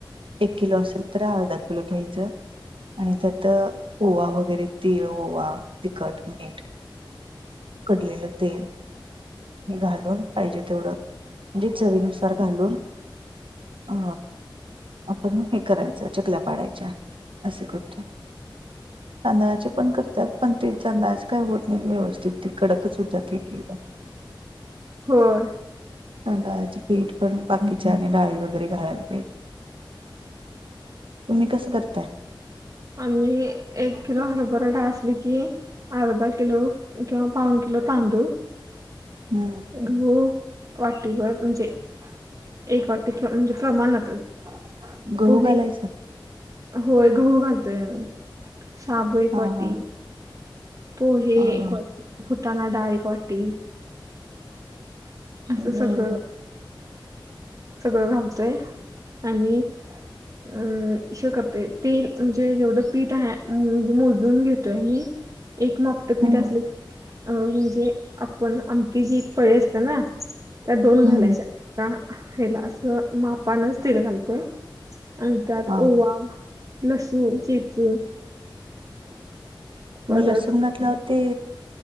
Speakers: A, on the right; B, on the right.
A: एक किलो असेल तर अर्धा किलो घ्यायचं आणि त्यात ओवा वगैरे तीळ ओवा तीखट मीठ कडलेलं तेल घालून पाहिजे तेवढं म्हणजे चवीनुसार घालून अ आपण हे करायचं चकल्या पाडायच्या. असे करतो. तांदळाचे पण करतात पण ते तांदळाचे काय होत नाहीत व्यवस्थित ते कडकच हुत्यात एकेकदा. <inaudible>
B: होय.
A: तांदळाचे पीठ पण बाकीच्या आणि डाळी वगैरे घालायला पाहिजे. तुम्ही कसं करताय?
B: आम्ही एक किलो हरभरा डाळ असली की अर्धा किलो किंवा पाऊन किलो तांदूळ,
A: हम्म
B: गहू वाटीभर म्हणजे एक वाटी म्हणजे प्रमाणातच.
A: गहू
B: पोहे,
A: घालायचा
B: होय गहू घालतोय आम्ही. शाबु एक
A: हा
B: वाटी
A: हा
B: पोहे
A: हा
B: एक
A: हा
B: वाटी, फुटाना डाळ एक वाटी असं
A: बर
B: सगळं
A: बर
B: सगळं घालतोय आणि अ हे करतोय तेल म्हणजे जेवढं पीठ आहे म्हणजे मोजून घेतोय आम्ही एक माप ट पीठ
A: हम्म
B: असले अ म्हणजे आपण आमटीची एक पळी असते ना त्या दोन घालायच्या
A: हम्म
B: आ हेला असं मापानच तेल घालतोय. अन् त्यात
A: हा
B: ओवा, लसूण चेचूून परत
A: मग लसूण घातल्यावर ते